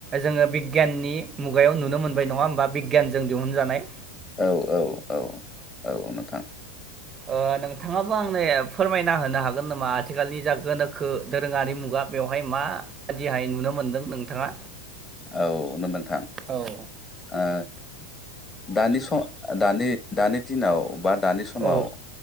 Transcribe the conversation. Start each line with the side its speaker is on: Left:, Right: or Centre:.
Right: जोङो बिग ग्याननि मुगायाव नुनो मोनबाय नङा होमबा? बिग्यानजों दिहुनजानाय
Left: औ औ औ औ नोंथां
Right: ओ नोंथाङाबो आंनो ए फोरमायना होनो हागोन नामा? आथिखालनि जा गोनोखो दोरोङारि मुगा बेवहाय माबादिहाय नुनो मोन्दों नोंथाङा?
Left: औ नों नोंथां
Right: औ
Left: ओ दानि स दानि दानि दिनाव बा दानि समाव
Right: औ
Left: ओ